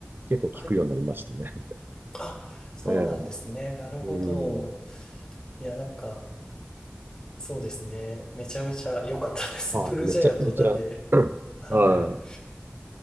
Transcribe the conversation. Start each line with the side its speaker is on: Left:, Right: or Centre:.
Right: 結構聞くようになりましたね。
Left: あ、はい。あ、そうなんですね。
Right: <laughs> ええ
Left: なるほど。
Right: うん。
Left: いや、なんか、そうですね。めちゃめちゃ良かったです。
Right: はい。
Left: <laughs> ブルージャイアントなんで、
Right: めちゃくちゃ、<clears throat> うんはい。
Left: はい。